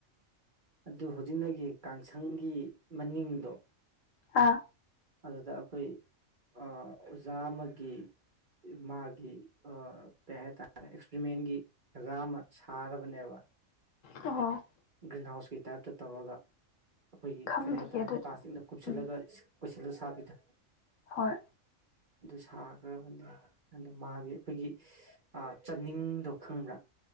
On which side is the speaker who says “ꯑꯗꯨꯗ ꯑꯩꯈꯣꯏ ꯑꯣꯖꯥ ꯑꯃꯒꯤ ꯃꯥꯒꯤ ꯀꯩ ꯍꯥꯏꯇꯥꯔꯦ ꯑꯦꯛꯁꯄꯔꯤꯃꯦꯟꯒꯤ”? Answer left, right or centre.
Right